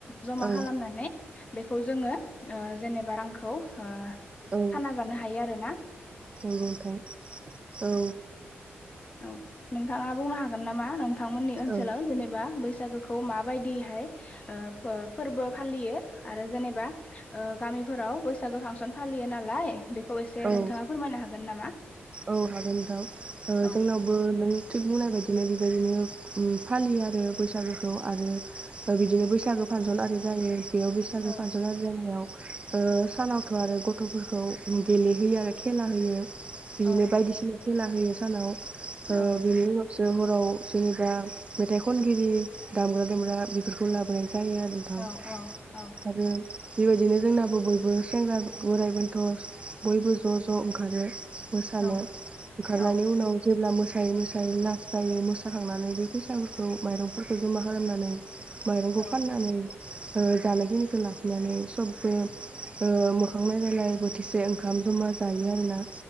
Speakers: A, on the left (about 30°); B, on the right (about 25°).
A: जमा
B: औ
A: खालामनानै बेखौ जोङो ओ जेनेबा रांखौ ओ
B: औ
A: खाना जानो हायो आरो ना
B: नंगौ नोंथां औ
A: औ नोंथाङा बुंनो हागोन नामा नोंथांमोननि ओनसोलाव
B: औ
A: जेनेबा बै सागोखौ माबायदियैहाय ओ फो-फोरबो फालियो आरो जेनेबा ओ गामिफोराव बैसागो फांसन फालियो नालाय बेखौ एसे
B: औ
A: नोंथाङा
B: औ
A: फोरमायनो हागोन नामा?
B: औ हागोन नोंथां ओ
A: औ
B: जोंनावबो नों थिग बुंनाय बायदि बिदिनो बेबायदिनो उम फालियो आरो बैसागोखौ आरो ओ बिदिनो बैसागो फांसन आरि जायो बेयाव बैसागु
A: औ
B: फांसन आरि जानायाव ओ सानावथ' आरो गथ'फोरखौ गेलेहैयो आरो खेला होयो बिदिनो
A: औ
B: बायदिसिना खेला होयो सानाव ओ
A: औ
B: बेनि उनावसो ह रआव जेनेबा मेथाइ खनगिरि दामग्रा देग्रा बेफोरखौ लाबोनाय जायो आरो नोंथां
A: औ औ औ
B: आरो बेबायदिनो जोंनाबो बयबो सेंग्रा बोराइ बन्थ' बयबो ज' ज' ओंखारो मोसानो
A: औ
B: ओंखारनायनि
A: औ
B: उनाव जेब्ला मो सायै मोसायै लास जायो मोसाखांनानै बे फैसाफोरखौ माइरंफोरखौ जमा खालामनानै माइरंखौ
A: औ
B: फाननानै ओ जानायखिनिखौ लाखिनानै सबबो ओ मोखां नायलायलाय बोथिसे ओंखाम जमा जायो आरोना